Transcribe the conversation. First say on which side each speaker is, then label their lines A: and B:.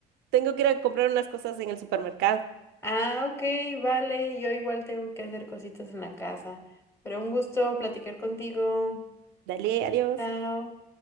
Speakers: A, on the right (about 80°); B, on the left (about 15°).
A: Tengo que ir a comprar unas cosas en el supermercado.
B: Ah, ok, vale, yo igual tengo que hacer cositas en la casa, pero un gusto platicar contigo.
A: Dale, adiós.
B: Chao.